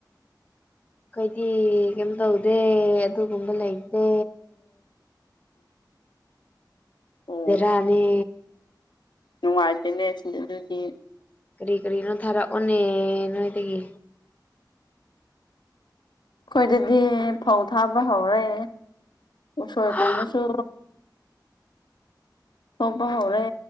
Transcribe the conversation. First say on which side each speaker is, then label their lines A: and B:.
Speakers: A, on the left; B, on the left.
A: ꯑꯩꯈꯣꯏꯗꯤ ꯀꯩꯝ ꯇꯧꯗꯦ ꯑꯗꯨꯒꯨꯝꯕ ꯂꯩꯇꯦ
B: ꯑꯣ
A: ꯕꯦꯔꯥꯅꯦ
B: ꯅꯨꯡꯉꯥꯏꯇꯦꯅꯦ ꯁꯤꯡꯗ ꯑꯗꯨꯒꯤ
A: ꯀꯔꯤ ꯀꯔꯤꯅꯣ ꯊꯥꯔꯛꯑꯣꯅꯦ ꯅꯣꯏꯗꯒꯤ
B: ꯑꯩꯈꯣꯏꯗꯗꯤ ꯐꯧ ꯊꯥꯕ ꯍꯧꯔꯦ ꯎꯁꯣꯏ
A: ꯍꯥ
B: ꯀꯨꯝꯕꯁꯨ ꯊꯣꯛꯄ ꯍꯧꯔꯦ